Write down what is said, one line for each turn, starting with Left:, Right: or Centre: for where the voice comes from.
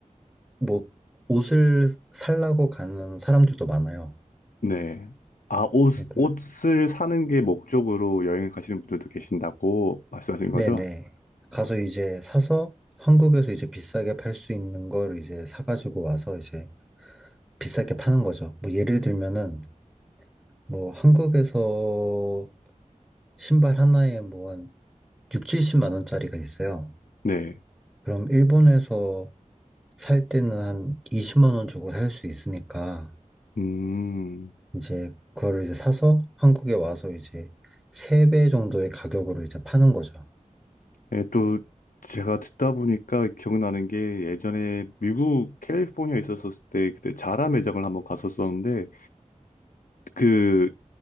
Centre: 뭐 옷을 살라고 가는 사람들도 많아요.
Left: 네. 아, 옷,
Centre: 네, 그-
Left: 옷을 사는 게 목적으로 여행 을 가시는 분들도 계신다고 말씀하신 거죠?
Centre: 네. 네. 가서 이제 사서 한국에서 이제 비싸게 팔 수 있는 걸 이제 사가지고 와서 이제 비싸게 파는 거죠. 뭐 예를 들면은 뭐 한국에서 신발 하나에 뭐 한 6, 70만 원짜리가 있어요.
Left: 네.
Centre: 그럼 일본에서 살 때는 한 20만 원 주고 살 수 있으니까
Left: 음,
Centre: 이제 그거를 이제 사서 한국에 와서 이제 3배 정도의 가격으로 이제 파는 거죠.
Left: 예, 또 제가 듣다 보니까 기억나는 게 예전에 미국 캘리포니아에 있었을 때 그때 자라 매장을 한번 갔었었는데 그